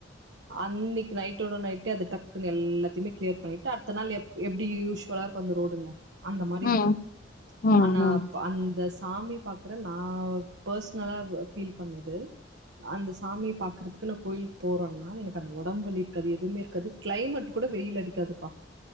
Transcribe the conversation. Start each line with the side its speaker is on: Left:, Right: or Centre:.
Right: அன்னிக் நைட்டோட நைட்டே அத டக்குன்னு எல்லாத்தையுமே கிளியர் பண்ணிட்டு அடுத்த நாள் எ எப்படி யூஸ்வலா இருக்கும் அந்த ரோடுங்க அந்த மாரி
Left: ம்
Right: இருக்கும்
Left: ம்
Right: ஆனா
Left: ம்
Right: அந்த சாமி பாக் க்ற நா பர்ஸ்னலா ஃபீல் பண்ணது அந்த சாமியை பாக்குறதுக்கு நா கோயிலுக்கு போறோம்னா எனக்கு அந்த உடம்புலி இருக்காது எதுவுமே இருக்காது கிளைமேட் கூட வெயில் அடிக்காதுப்பா